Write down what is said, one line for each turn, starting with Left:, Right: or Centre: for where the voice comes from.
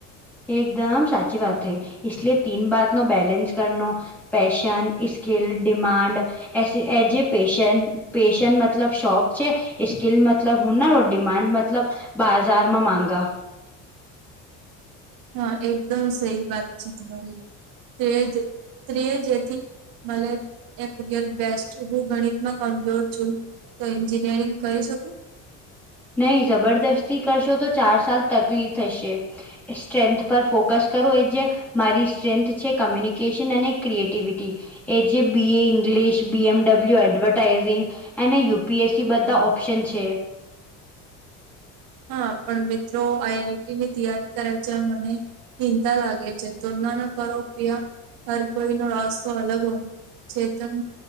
Centre: એકદમ સાચી વાત થઈ ઈશલે તીન બાતનો બેલેન્સ કરનો પેશન ઈસ્કીલ ડિમાન્ડ એશી એ જે પેશન પેશન મતલબ શોખ છે. ઈસ્કિલ મતલબ હું ના ડિમાડ મતલબ બાજારમાં મામાંગા
Right: હા એકદમ સહી વાત છે તમારી તે જ તે જ હતી. મલય એક દમ બેસ્ટ હું ગણિતમાં કમજોર છું. તો એન્જિનિયરિંગ કરી શકું.
Centre: નહી જબરદસ્તી કરશો તો ચાર સાલ તકલીફ થશે. સ્ટ્રેન્થ પર ફોકસ કરવું એ જે. મારી સ્ટ્રેન્થ છે કમ્યુનિકેશન અને ક્રિએટિવિટી. એ જે બી એઇંગ્લિશ બી એમડબલ્યુ એડવટાઈઝિંગ. એને યુપીએસસી બધા ઓપ્શન છે.
Right: હા પણ મિત્રો આઈઆઈટી ની તૈયારી કરે છે મને. ચિંતા લાગે છે તોનાના કરો કીયા હર કોઈ ન રસ્તો અલગ હોય. ચેતન